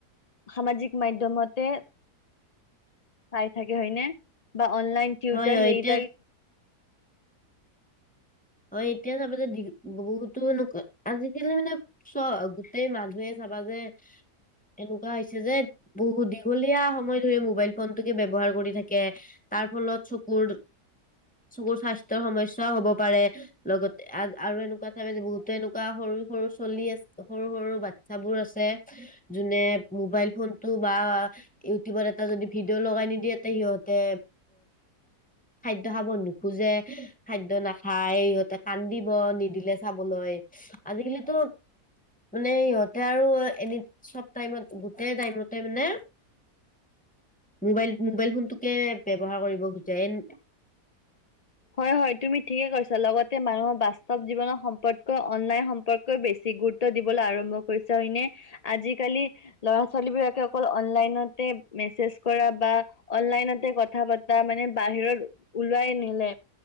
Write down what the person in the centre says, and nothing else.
হয় হয়
এতিয়া
এতিয়া চাবা যে দীঘ বহুতো এনেকুৱা আজিকালি মানে চ গোটেই মানুহে চাবা যে এনেকুৱা হৈছে যে বহু দীঘলীয়া সময় ধৰি মোবাইল ফোনটোকে ব্যৱহাৰ কৰি থাকে তাৰ ফলত চকুৰ চকুৰ স্বাস্থ্যৰ সমস্যাও হব পাৰে । লগতে আৰু এনেকুৱা চাবা যে বহুতো এনেকুৱা সৰু সৰু চল্লি আ সৰু সৰু বাচ্ছাবোৰ আছে যোনে মোবাইল ফোনতটো বা ইউটিউবত এটা যদি ভিডিঅ' লগাই নিদিয়ে সিহঁতে খাদ্য খাব নোখোজে, খাদ্য নাখায়। খাই সিহঁতে কান্দিব নিদিলে চাবলৈ। আজিকালি টো মানে সিহঁতে আৰু এনি চব টাইমত গোটেই টাইমতে মানে মোবাইল মোবাইল ফোনটোকে ব্যৱহাৰ কৰিব খুজে ।